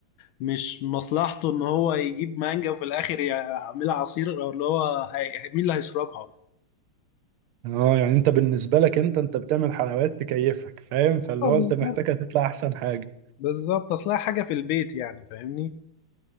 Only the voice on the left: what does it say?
مش مصلحته ان هو يجيب مانجا وفي الاخر يعملها عصير او اللي هو هي- مين اللي هيشربها
اه
بالظبط
بالظبط اصلها حاجه في البيت يعني فاهمني